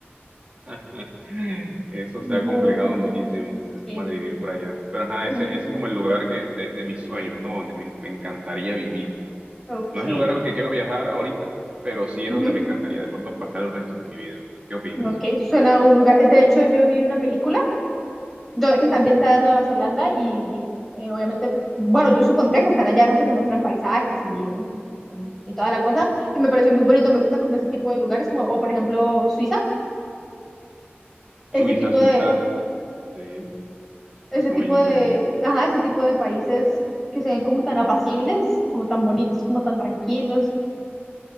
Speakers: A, on the right (about 30°); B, in the centre.
A: <laughs> eso
B: Bueno,
A: se ha complicado muchísimo, el
B: sí.
A: tema de vivir por allá. Pero ajá, ese,
B: Mm,
A: ese es como el lugar que, de, de mis sueños, ¿no? Donde me, me encantaría vivir.
B: ok.
A: No es el lugar al que quiero viajar ahorita, pero sí
B: Ujú,
A: es donde me encantaría de pronto pasar el resto de mi vida. ¿Qué opinas?
B: Ok, suena a un lugar. De hecho, yo vi una película do- que está ambientada en Nueva Zelanda y eh, obviamente, pues, bueno, yo supondría que están allá, ¿no? Porque muestran paisajes y, mm, y toda la cosa. Y me pareció muy bonito, me gustan como ese tipo de lugares, como, o por ejemplo, Suiza,
A: Suiza,
B: ese tipo
A: Suiza,
B: de,
A: sí,
B: ese
A: Suiza
B: tipo
A: muy lindo.
B: de, ajá, ese tipo de países que se ven como tan apacibles, como tan bonitos, como tan tranquilos.